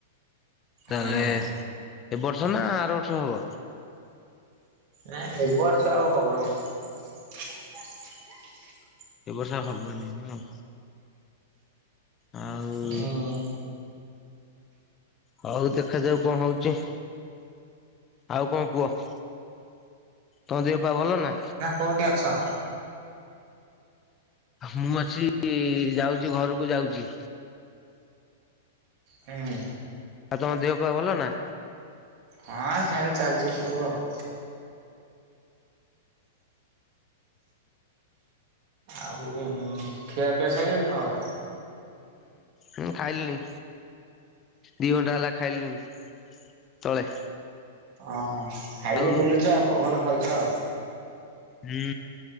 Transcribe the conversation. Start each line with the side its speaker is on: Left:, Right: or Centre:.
Left: ତାହଲେ।
Right: ହୁଁ।
Left: ଏ ବର୍ଷ ନା ଆର ବର୍ଷ ହବ।
Right: ନାଇଁ ଏ ବର୍ଷ ଆଉ ହବନି। ଡାକିବୁ ନା
Left: ଏ ବର୍ଷ ଆଉ ହବନି ନା। ଆଉ
Right: ଉଁ
Left: ହଉ ଦେଖାଯାଉ କଣ ହଉଛି। ଆଉ କଣ କୁହ ତମ ଦେହ ପା ଭଲ ନା‌।
Right: କୋଉଁଠି ଅଛ।
Left: ମୁଁ ଅଛି ଯାଉଛି ଘରକୁ ଯାଉଛି।
Right: ହୁଁ।
Left: ଆଉ ତମ ଦେହ ପା ଭଲ ନା।
Right: ହଁ ସେମିତି ଚାଲିଛି ସବୁ ଆଉ। ଆଉ ଖିଆପିଆ ସରିଲାଣି ତମର।
Left: ହୁଁ ଖାଇଲିଣି। ଦି ଘଣ୍ଟା ହେଲା ଖାଇଲିଣିି ତଳେ।
Right: ଓହୋ ଖାଇକି
Left: ଆଉ
Right: ବୁଲୁଛ ଆଉ ପବନ ଖାଉଛ ଆଉ।
Left: ହୁଁ